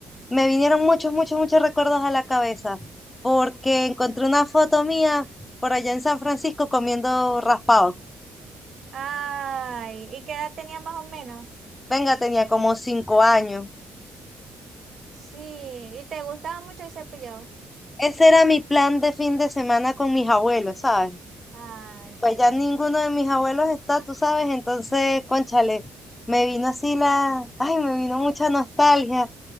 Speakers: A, on the left; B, on the right.
A: me vinieron muchos, muchos, muchos recuerdos a la cabeza, porque encontré una foto mía por allá en San Francisco comiendo raspado.
B: Ay, ¿y qué edad tenía más o menos?
A: Venga, tenía como cinco años.
B: Sí, ¿y te gustaba mucho el cepillado?
A: Ese era mi plan de fin de semana con mis abuelos, ¿sabes?
B: Ay, sí.
A: Pues ya ninguno de mis abuelos está, tú sabes, entonces, cónchale, me vino así la, ay, me vino mucha nostalgia. O